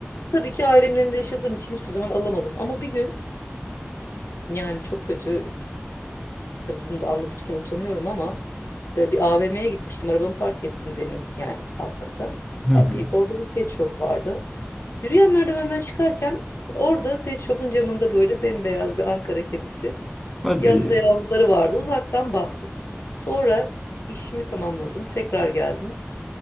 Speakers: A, on the left (about 65°); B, in the centre.
A: tabii ki ailemden de yaşadığım için hiçbir zaman alamadım. Ama bir gün yani çok kötü e, tabii bunu da anlatırken utanıyorum ama e, bir AVM'ye gitmiştim. Arabamı park ettim zemin yani alt kata.
B: Hı hı.
A: Abi orada bir pet shop vardı. Yürüyen merdivenden çıkarken orada pet shop'un camında böyle bembeyaz bir Ankara kedisi.
B: Hadi.
A: Yanında yavruları vardı. Uzaktan baktım. Sonra işimi tamamladım. Tekrar geldim.